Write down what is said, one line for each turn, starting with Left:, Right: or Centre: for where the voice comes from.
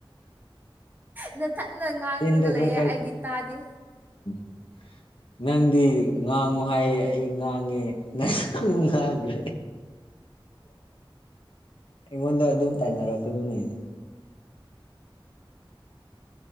Right: ꯅꯊꯠꯅ ꯉꯥꯡꯈꯒ
Left: ꯆꯤꯟꯗꯣ ꯈꯔ
Right: ꯂꯩꯌꯦꯦ
Left: ꯈꯔ
Right: ꯑꯩꯗꯤ ꯇꯥꯗꯦ
Left: <unintelligible> ꯅꯪꯗꯤ ꯉꯥꯡꯉꯨ ꯍꯥꯏꯌꯦ ꯑꯩ ꯉꯥꯡꯉꯦ ꯅꯪ ꯑꯃꯨꯛ ꯉꯥꯡꯗ꯭ꯔꯦ ꯑꯩꯉꯣꯟꯗ ꯑꯗꯨꯝ ꯇꯥꯏꯅꯔꯛꯀꯅꯨꯅꯦ